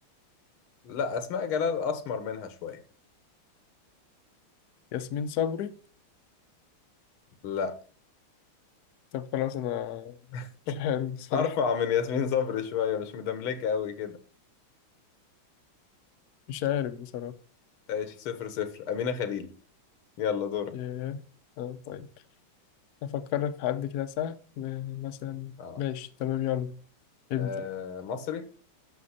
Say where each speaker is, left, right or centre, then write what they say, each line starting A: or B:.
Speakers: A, on the left; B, on the left.
A: لا اسماء جلال اسمر منها شوية
B: ياسمين صبري
A: لا
B: طب خلاص انا
A: <laughs>
B: مش عارف بصراحة
A: ارفع من ياسمين صبري شوية مش مدملكة قوي كده
B: مش عارف بصراحة
A: ايش صفر صفر امينة خليل يلا دورك
B: ياه آه طيب أفكر لك في حد كده سهل م- مثلا
A: اه,
B: ماشي تمام يلا ابدأ
A: آه مصري